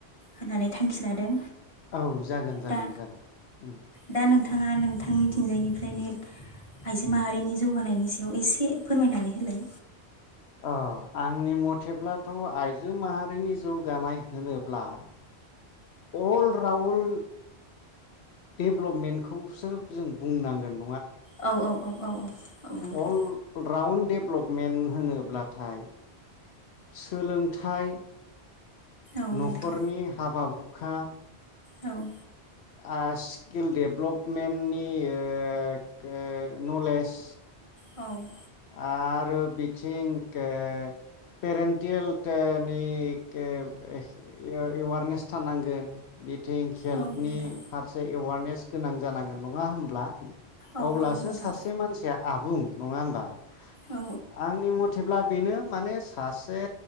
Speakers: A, on the left; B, on the left.
A: होन्नानै थांखि लादों।
B: औ जागोन जागोन
A: दा
B: जागोन उम
A: दा नोंथाङा नोंथांनिथिंजायनिफ्रायनो आइजो माहारिनि जौगानायनि सायाव एसे फोरमायनानै होलाय?
B: अ आंनि मथेब्लाथ' आइजो माहारिनि जौगानाय होनोब्ला अलराउन डेभ्लपमेन्टखौसो जों बुंनांगोन।
A: औ औ औ औ औ औ नोंथां
B: अलराउन्ड डेभ्लपमेन्ट होनोब्लाथाय सो लोंथाय
A: औ
B: न'खरनि
A: नोंथां
B: हाबा हुखा
A: औ
B: आ स्किल डेभ्लपमेन्टनि ओ गोल नलेज
A: औ
B: आरो बिथिं के पेरेन्टियेलथनि केब एएवारनेस थानांगोन बि थिं हेल्थनि
A: औ नोंथां
B: फारसे एवारनेस गोनां जानांगोन नङा होमब्ला?
A: औ
B: अब्लासो
A: औ नोंथां
B: सासे मानसिया आबुं नङा होमबा? आंनि
A: औ
B: मथेब्ला बेनो माने सासे